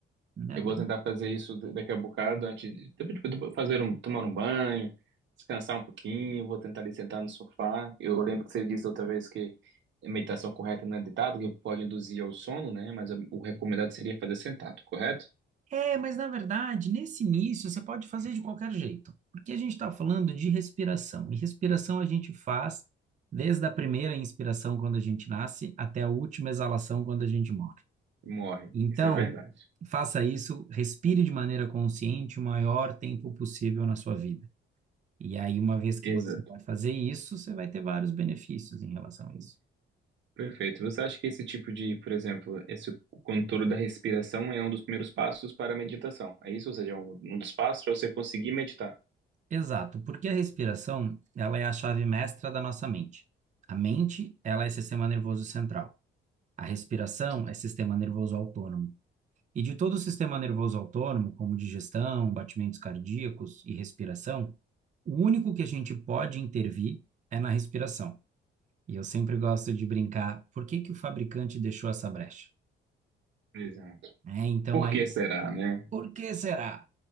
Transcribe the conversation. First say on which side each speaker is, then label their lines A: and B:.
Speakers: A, on the right (about 40°); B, on the right (about 65°).
A: né?
B: Eu
A: Bem-
B: vou tentar fazer isso da- daqui a bocado, antes de tipo, tipo, tipo, fazer um, tomar um banho, descansar um pouquinho, vou tentar ali sentar no sofá. Eu lembro que você disse outra vez que a meditação correta não é deitada, que pode induzir ao sono, né? Mas o recomendado seria fazer sentado, correto?
A: É, mas na verdade, nesse início, você pode fazer de qualquer jeito, porque a gente está falando de respiração, e respiração a gente faz desde a primeira inspiração quando a gente nasce até a última exalação quando a gente morre.
B: Morre.
A: Então,
B: Isso é verdade.
A: faça isso, respire de maneira consciente o maior tempo possível na sua vida. E aí, uma vez que
B: Exato.
A: você vai fazer isso, você vai ter vários benefícios em relação a isso.
B: Perfeito. Você acha que esse tipo de, por exemplo, esse controle da respiração é um dos primeiros passos para a meditação? É isso? Ou seja, é um, um dos passos para você conseguir meditar?
A: Exato, porque a respiração, ela é a chave mestra da nossa mente. A mente, ela é sistema nervoso central. A respiração
B: Sim.
A: é sistema nervoso autônomo. E de todo o sistema nervoso autônomo, como digestão, batimentos cardíacos e respiração, o único que a gente pode intervir é na respiração. E eu sempre gosto de brincar, por que que o fabricante deixou essa brecha?
B: Exato.
A: né? então
B: Por
A: aí,
B: que será, né?
A: por que será?